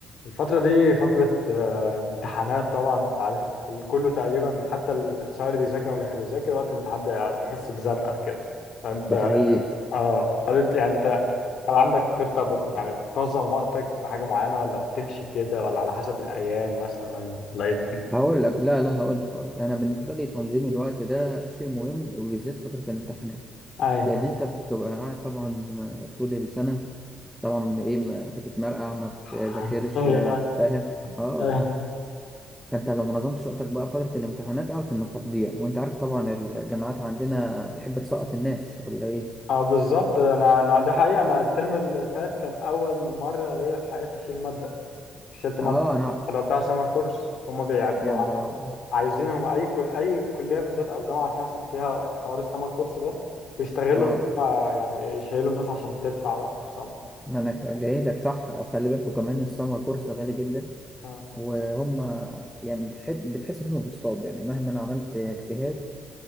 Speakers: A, on the left (about 65°); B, in the centre.
A: الفترة دي فترة آه، امتحانات طبعا انت عارف كل كله تقريبا حتى ال- سواء اللي بيذاكر او مش بيذاكر وقت الامتحان بي- بيحس بزنقة كده فانت
B: ده حقيقي
A: اه هل انت- يعني انت هل عندك خطة بت يعني بتنظم وقتك بحاجة معينة ولا بتمشي كده ولا على حسب الأيام مثلا ولا ايه الدنيا؟
B: هقول لك لا لا هقول لك هقول لك انا بالنسبه لي تنظيم الوقت ده شيء مهم وبالذات فتره الامتحانات
A: اي
B: لان انت بتبقى قاعد طبعا طول السنه طبعا ايه ما بتتمرقع ما بتذاكرش
A: <laughs> اي
B: آه،
A: انا
B: فاهم اه اه
A: أي.
B: فانت لو ما نظمتش وقتك بقى فتره الامتحانات اعرف انك هتضيع وانت عارف طبعا الجامعات عندنا تحب تسقط الناس ولا ايه
A: اه بالظبط انا انا ده حقيقي انا الترم اللي فات كان اول مرة ليا في حياتي اشيل مادة شلت
B: اه
A: مادة
B: انا
A: حضرتها سمر كورس هما بيعبوا
B: يا نهار ابيض
A: عايزينهم اي كل اي كليه بالذات او جامعه فيها فيها حوار السمر كورس ده بيستغلوا
B: اه
A: ان هم يعني يشيلوا الناس عشان تدفع بقى في السمر
B: ما انا جاي لك صح خلي بالكوا كمان السمر كورس غالي جدا
A: اه.
B: وهم يعني بتحب بتحس إنهم بيصطادوا يعني مهما أنا عملت اجتهاد